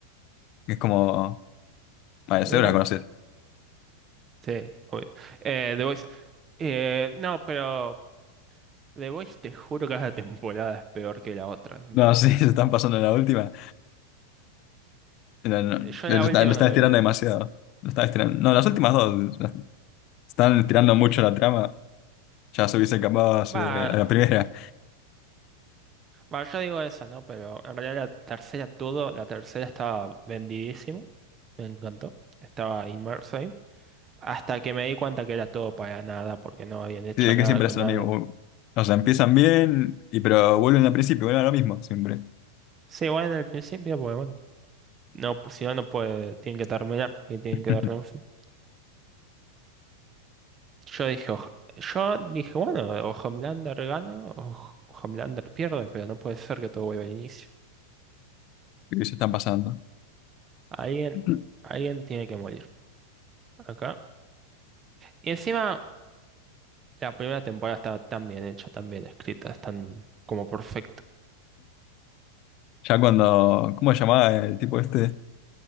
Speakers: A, on the left; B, on the right.
A: que es como, vale,
B: Mira
A: seguro la
B: vos.
A: conoces.
B: Sí, obvio. Eh, The Voice. Eh, no, pero... The Voice, te juro que cada temporada es peor que la otra, no
A: No,
B: entiendo.
A: sí, <laughs> se están pasando en la última. No, no,
B: Yo
A: lo
B: la última
A: están, lo están
B: no la
A: estirando
B: vi. pero-
A: demasiado. Lo están estirando. No, las últimas dos las- están estirando mucho la trama. Ya se hubiese acabado hace-
B: Va,
A: a la primera.
B: va, yo digo esa, ¿no? Pero en realidad la tercera todo, la tercera estaba vendidísimo, me encantó. Estaba inmerso ahí. Hasta que me di cuenta que era todo para nada, porque no habían hecho
A: Sí, es
B: nada
A: que siempre
B: con
A: es lo
B: nada.
A: mismo.
B: de-
A: O sea, empiezan bien, y, pero vuelven al principio, vuelven a lo mismo siempre.
B: Sí, bueno, en el principio, pues bueno, no, pues, si no, no puede, tienen que terminar y tienen
A: <laughs>
B: que darle un fin. Yo dije, "Oj- yo dije, bueno, o Homelander gana o Ho- Homelander pierde, pero no puede ser que todo vuelva al inicio.
A: Y se están pasando.
B: Alguien,
A: <clears throat>
B: alguien tiene que morir acá. Y encima, la primera temporada está tan bien hecha, tan bien escrita, es tan como perfecto.
A: Ya cuando. ¿Cómo se llamaba el tipo este?